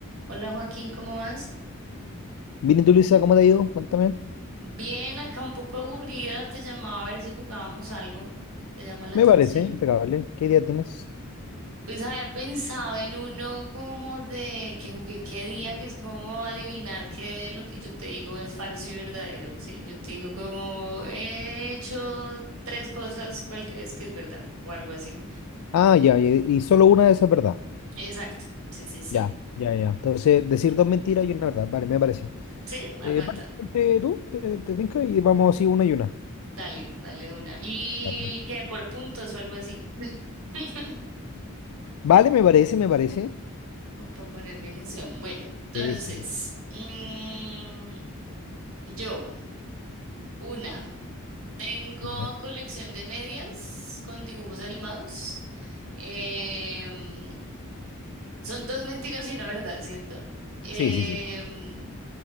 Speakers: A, on the right; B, on the left.
A: Hola Joaquín, ¿cómo vas?
B: Bien, ¿y tú, Luisa, ¿cómo te ha ido? Cuéntame.
A: Bien, acá un poco aburrida, te llamaba a ver si jugábamos algo. ¿Te llama la
B: Me
A: atención?
B: parece impecable. ¿Qué idea tienes?
A: Pues había pensado en uno como de que jugué qué día, que es como adivinar qué de lo que yo te digo es falso y verdadero, ¿sí? Yo te digo como he hecho tres cosas, ¿cuál crees que es verdad? O algo así.
B: Ah, ya, y, y solo una de esas es verdad.
A: Exacto, sí, sí, sí.
B: Ya, ya, ya. Entonces, decir dos mentiras y una verdad. Vale, me parece.
A: Sí, aguanta.
B: Eh, vale, ponte tú, te, te tinca y vamos así una y una.
A: Dale, dale de una. ¿Y
B: Perfecto.
A: qué? ¿Por puntos o algo así? <laughs>
B: Vale, me parece, me parece.
A: Como para ponerle emoción. Bueno, entonces,
B: Sí, sí, sí.
A: mm, yo, una, tengo
B: Ya.
A: colección de medias con dibujos animados. Em, son dos mentiras y una verdad, ¿cierto? Em,
B: Sí, sí, sí.